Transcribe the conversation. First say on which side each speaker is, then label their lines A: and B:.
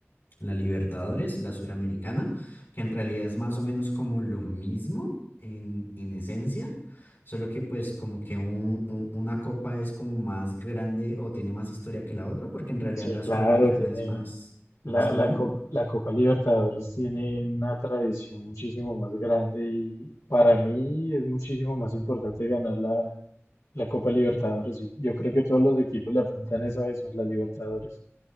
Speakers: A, on the left (about 50°); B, on the left (about 85°).
A: la Libertadores, la Suramericana, que en realidad es más o menos como lo mismo en, en esencia, solo que pues como que un- un- una copa es como más grande o tiene más historia que la otra, porque en realidad
B: Sí,
A: la
B: claro,
A: Suramericana
B: tiene
A: es más,
B: la,
A: más nueva.
B: la, Cop- la Copa Libertadores tiene una tradición muchísimo más grande y para mí es muchísimo más importante ganar la, la Copa Libertadores. Y yo creo que todos los equipos le apuntan es a eso, a la Libertadores.